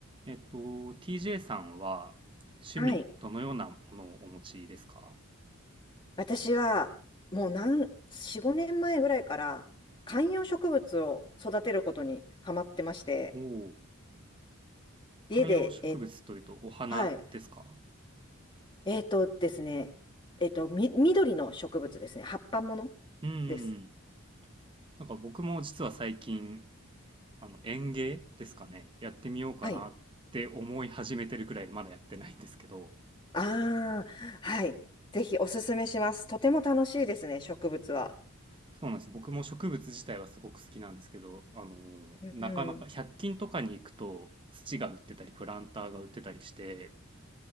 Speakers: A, on the right (about 25°); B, on the left (about 20°).
A: えっと、TJ さんは趣味どのようなものをお持ちですか
B: はい。私は、もう何、4、5年前ぐらいから、観葉植物を育てることにハマってまして、
A: おおー、
B: 家で、
A: 観葉植物というとお花ですか
B: え、はい。えっとですね、えっと、み、緑の植物ですね。葉っぱもの
A: うん。
B: です。
A: なんか僕も実は最近、あの園芸ですかね、やってみようかなって思い始めてるくらいでまだやってないんですけど、
B: はい。ああ、はい。ぜひおすすめします。とても楽しいですね、植物は。
A: そうなんです。僕も植物自体はすごく好きなんですけど、あのなかなか百均とかに行くと土が売ってたりプランターが売ってたりして、
B: うん。